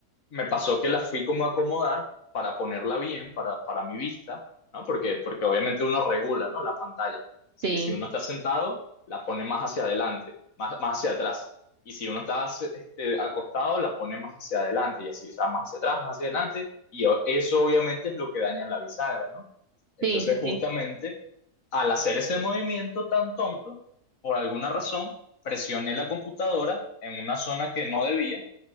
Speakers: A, on the left (about 60°); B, on the right (about 50°).
A: me pasó que la fui como a acomodar para ponerla bien, para, para mi vista, ¿no? Porque, porque obviamente uno regula, ¿no? La pantalla. Si,
B: sí,
A: si uno está sentado, la pone más hacia adelante, más, más hacia atrás. Y si uno está este, acostado, la pone más hacia adelante y así, o sea, más hacia atrás, más hacia adelante. Y o- eso obviamente es lo que daña la bisagra, ¿no? Entonces,
B: sí, sí,
A: justamente,
B: sí.
A: al hacer ese movimiento tan tonto, por alguna razón, presioné la computadora en una zona que no debía